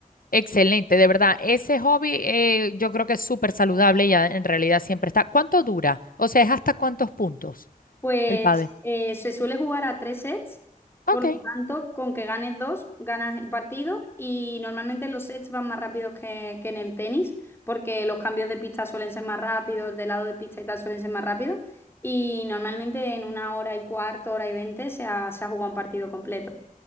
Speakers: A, on the left (about 80°); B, on the left (about 15°).
A: Excelente, de verdad. Ese hobby eh, yo creo que es súper saludable y a- en realidad siempre está. ¿Cuánto dura? O sea, ¿es hasta cuántos puntos
B: Pues
A: el pádel?
B: eh, se suele jugar a tres sets, por
A: Ok,
B: lo tanto, con que ganes dos, ganas el partido y normalmente los sets van más rápidos que, que en el tenis, porque los cambios de pista suelen ser más rápidos, de lado de pista y tal suelen ser más rápidos y normalmente en una hora y cuarto, hora y veinte se ha, se ha jugado un partido completo.